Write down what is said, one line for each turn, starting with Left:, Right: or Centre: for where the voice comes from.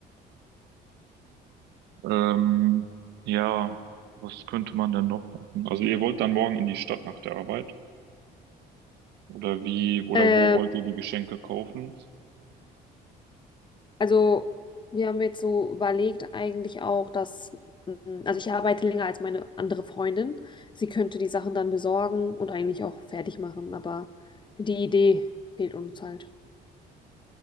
Right: Ähm, ja, was könnte man denn noch machen? Also ihr wollt dann morgen in die Stadt nach der Arbeit. Oder wie, oder
Left: Ähm,
Right: wo wollt ihr die Geschenke kaufen?
Left: also wir haben jetzt so überlegt eigentlich auch, dass, mm, also ich arbeite länger als meine andere Freundin. Sie könnte die Sachen dann besorgen und eigentlich auch fertig machen, aber die Idee fehlt uns halt.